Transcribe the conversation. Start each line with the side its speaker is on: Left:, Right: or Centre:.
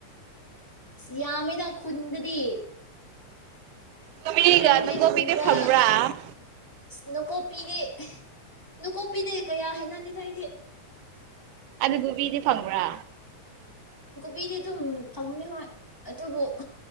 Left: ꯌꯥꯃꯤꯗꯥ ꯈꯨꯟꯗꯗꯤ꯫
Right: ꯀꯣꯕꯤꯒ
Left: ꯒ꯭ꯔꯤꯟ
Right: ꯅꯥꯀꯨꯞꯄꯤꯗꯤ
Left: ꯂꯤꯐꯒꯨꯝꯕ
Right: ꯐꯪꯕ꯭ꯔꯥ
Left: ꯁ꯭ꯅꯣꯀꯣꯞ ꯄꯤꯗꯦ ꯅꯀꯣꯛ ꯄꯤꯗꯦ ꯀꯌꯥ ꯍꯥꯏꯅꯗꯦ ꯑꯩꯗꯤ꯫
Right: ꯑꯗꯨ ꯒꯣꯕꯤꯗꯤ ꯐꯪꯕ꯭ꯔꯥ?
Left: ꯀꯣꯕꯤꯗꯤ ꯑꯗꯨꯝ ꯐꯪꯉꯨꯅꯤ ꯍꯣꯏ ꯑꯗꯨꯕꯨ